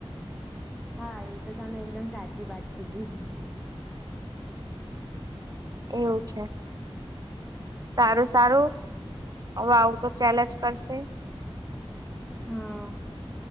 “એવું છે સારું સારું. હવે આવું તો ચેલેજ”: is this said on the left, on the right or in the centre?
Right